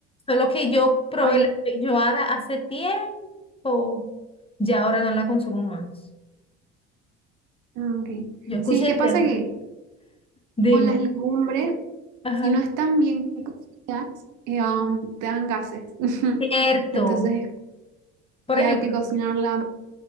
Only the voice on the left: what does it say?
Solo que yo probé
la pelloada hace tiempo. Ya ahora no la consumo más.
Yo escuché
el
tema.
Dime.
Ajá.
Cierto.
Por
ejemplo,